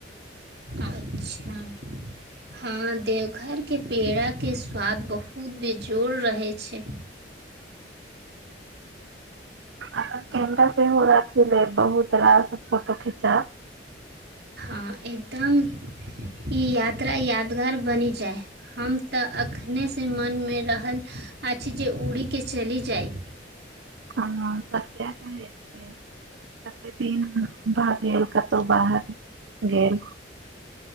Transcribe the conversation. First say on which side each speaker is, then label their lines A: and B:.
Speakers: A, on the right; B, on the right.
A: अच्छा हँ देवघर के पेड़ा के स्वाद बहुत बेजोड़ रहैत छै
B: आहाँ केमरा सेहो राखि लेब बहुतरास फोटो खिचाव
A: हँ एकदम ई यात्रा यादगार बनि जाय हम तऽ एखनेसँ मनमे रहल अछि जे उड़ीके चलि जाइ
B: हँ सत्य कहय छै कते दिन भए गेल कतहु बाहर गेल